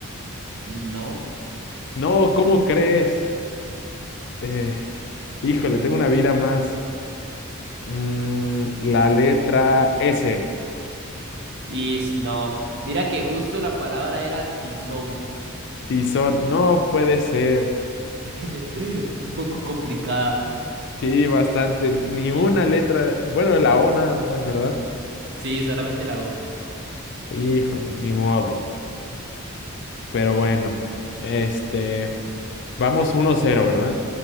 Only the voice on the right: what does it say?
No.
Is no. Mira que justo la palabra era tizón.
<laughs> Un poco complicada.
Sí, solamente la O.